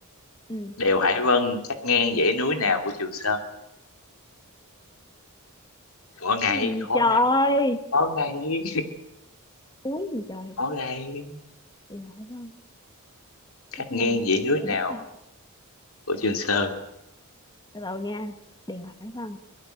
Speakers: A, on the left; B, on the left.
A: ừ
B: đèo Hải Vân cắt ngang dãy núi nào của Trường Sơn khó ngay
A: cái gì
B: khó
A: trời
B: ngay khó ngay
A: thúi gì trời
B: khó ngay
A: điều hải vân cắt
B: cắt ngang
A: ngang
B: dãy núi
A: dãy
B: nào
A: núi này
B: của Trường Sơn
A: từ đầu nha điều hải vân